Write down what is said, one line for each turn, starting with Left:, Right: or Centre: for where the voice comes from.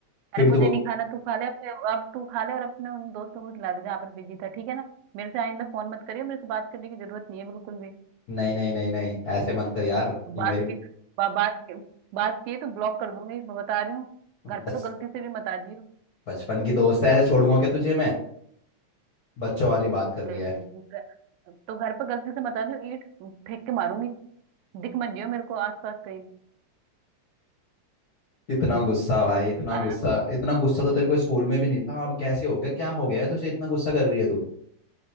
Right: अरे
Left: फिर
Right: मुझे
Left: तू बो-
Right: नहीं खाना तू खा ले अपने अब तू खा ले और अपने उन दोस्तों को खिला दे जहाँ पर बिजी था ठीक है ना मेरे से आइंदा फोन मत करियो मेरे से बात करने की जरूरत नहीं है बिल्कुल भी
Left: नहीं नहीं नहीं नहीं ऐसे मत कर यार तू
Right: बात
Left: मेरी
Right: के बा, बात के, बात की तो ब्लॉक कर दूंगी मैं बता रही हूँ घर पे
Left: बस
Right: तो गलती से भी मत आ जियो
Left: बचपन की दोस्त है ऐसे छोड़ूंगा क्या तुझे मैं बच्चों वाली बात कर
Right: ग-
Left: रही है
Right: ग- तो घर पे गलती से मत आ जियो ईंट फेंक के मारूंगी दिख मत जियो मेरे को आसपास कहीं
Left: इतना गुस्सा भाई इतना
Right: अ-
Left: गुस्सा इतना गुस्सा तो तेरे को स्कूल में भी नहीं था अब कैसे हो गया क्या हो गया है तुझे इतना गुस्सा कर रही है तू